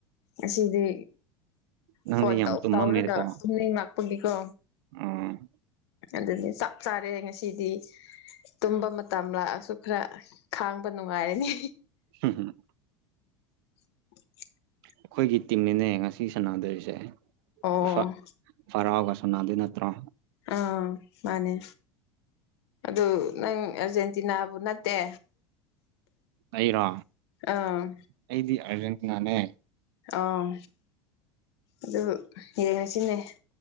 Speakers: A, on the left; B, on the right.
A: ꯑꯁꯤꯗꯤ
B: ꯅꯪꯗꯤ
A: ꯐꯣꯟ
B: ꯌꯥꯝ
A: ꯇꯧ
B: ꯇꯨꯝꯃꯝꯃꯦꯗꯀꯣ
A: ꯇꯧꯔꯒ ꯇꯨꯝꯅꯤꯡ ꯂꯥꯛꯄꯒꯤꯀꯣ
B: ꯎꯝ
A: ꯑꯗꯨꯅꯦ ꯆꯞ ꯆꯥꯔꯦ ꯉꯁꯤꯗꯤ ꯇꯨꯝꯕ ꯃꯇꯝ ꯂꯥꯛꯑꯁꯨ ꯈꯔ ꯈꯥꯡꯕ ꯅꯨꯡꯉꯥꯏꯔꯅꯤ
B: ꯍꯝ ꯍꯨꯝ
A: <unintelligible>
B: ꯑꯩꯈꯣꯏꯒꯤ ꯇꯤꯝꯅꯤꯅꯦ ꯉꯁꯤ ꯁꯥꯟꯅꯗꯣꯔꯤꯁꯦ
A: ꯑꯣ
B: ꯐ ꯐꯔꯥꯎꯒ ꯁꯣꯅꯥꯗꯤ ꯅꯠꯇ꯭ꯔꯣ
A: ꯑꯥ ꯃꯥꯅꯦ ꯑꯗꯨ ꯅꯪ ꯑꯔꯖꯦꯟꯇꯤꯅꯥꯕꯨ ꯅꯠꯇꯦ
B: ꯑꯩꯔꯣ
A: ꯑꯥ
B: ꯑꯩꯗꯤ ꯑꯥꯔꯖꯦꯟꯇꯤꯅꯥꯅꯦ
A: ꯑꯥ ꯑꯗꯨ ꯌꯦꯡꯉꯁꯤꯅꯦ